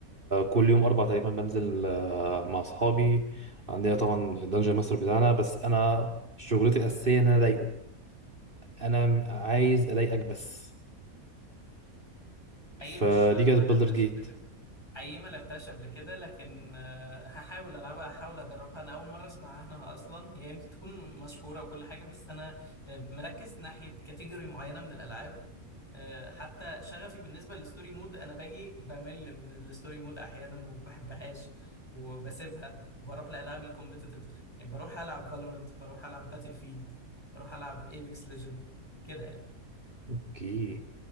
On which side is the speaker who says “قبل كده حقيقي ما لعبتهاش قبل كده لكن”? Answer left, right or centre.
Left